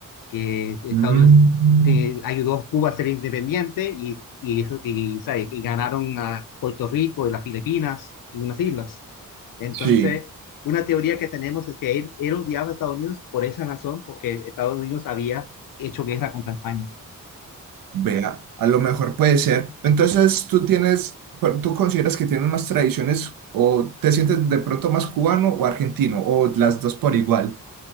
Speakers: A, on the left; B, on the right.
A: que Estados
B: Mm.
A: Unidos te- ayudó a Cuba a ser independiente y, y, eso- y, ¿sabes? y ganaron a Puerto Rico y las Filipinas y unas islas. Entonces,
B: Sí,
A: una teoría que tenemos es que él, él odiaba a Estados Unidos por esa razón, porque Estados Unidos había hecho guerra contra España.
B: Vea, a lo mejor puede ser. Entonces, tú tienes, pero tú consideras que tienes más tradiciones o te sientes de pronto más cubano o argentino o las dos por igual.